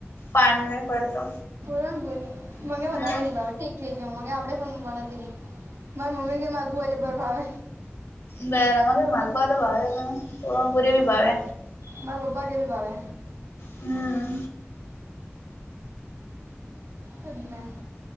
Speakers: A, on the left; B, on the right.
A: પાણી મે પડતો
B: પુરણપુરી મને
A: હમ
B: વધારે ની ભાવે ઠીક. ઠીક મને આપડે પણ હું બનાતીની મારા મમ્મી કે માર પુવા જબર ભાવે.
A: બે રવા કે મલપા તો વાવે ભ પરમપુરી ભ વાવે.
B: મારે પપા કેવી ભાવે.
A: હમ
B: એમને.